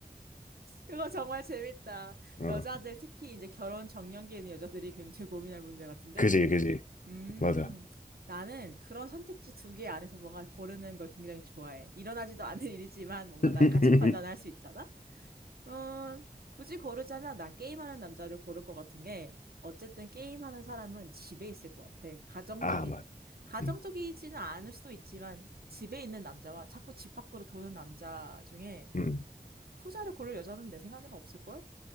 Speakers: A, on the right; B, on the left.
A: 그거 정말 재밌다.
B: 어
A: 여자들, 특히 이제 결혼 정년기에 있는 여자들이 굉장히 고민할 문제 같은데?
B: 그지 그지
A: 음,
B: 맞아.
A: 나는 그런 선택지 두 개 안에서 뭔가 고르는 걸 굉장히 좋아해. 일어나지도 않은 일이지만 뭔가
B: <laughs>
A: 나의 가치 판단을 할 수 있잖아? 어, 굳이 고르자면 난 게임하는 남자를 고를 것 같은 게 어쨌든 게임하는 사람은 집에 있을 것 같아. 가정적이
B: 아, 맞.
A: 가정적이지는
B: 음,
A: 않을 수도 있지만 집에 있는 남자와 자꾸 집 밖으로 도는 남자 중에
B: 음,
A: 후자를 고를 여자는 내 생각에는 없을걸?